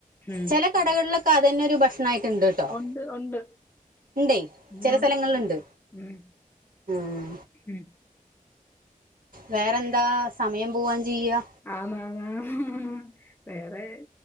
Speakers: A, on the left; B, on the right.
A: ഉം.
B: ചെല കടകളിലൊക്കെ അത് തന്നെ ഒരു ഭക്ഷണായി മാറീട്ടുണ്ട്
A: ഉണ്ട് ഉണ്ട്.
B: ഉണ്ടേ
A: ഉം
B: ചെല
A: ഉണ്ട്.
B: സ്ഥലങ്ങളിലുണ്ട്
A: ഉം
B: ഉം
A: ഉം.
B: വേറെന്താ സമയം പോവാൻ ചെയ്യാ
A: ആന് ആന് ആന് ആന് വേറെ -